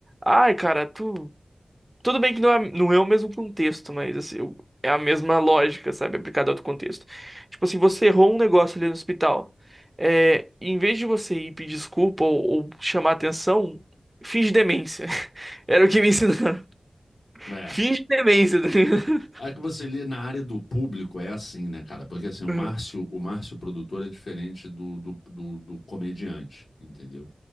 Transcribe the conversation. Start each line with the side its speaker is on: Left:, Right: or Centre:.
Right: Ai, cara, tu. Tudo bem que não é, não é o mesmo contexto, mas assim, eu- é a mesma lógica, sabe? Aplicada a outro contexto. Tipo assim, você errou um negócio ali no hospital. É, em vez de você ir pedir desculpa ou, ou chamar atenção, finge demência. <laughs> Era o que me ensinaram.
Left: É,
Right: Finge demência, tá ligado?
Left: A que você lê na área do público é assim, né, cara? Porque assim, o Márcio,
Right: Uhum,
Left: o Márcio produtor é diferente do, do, do, do comediante, entendeu?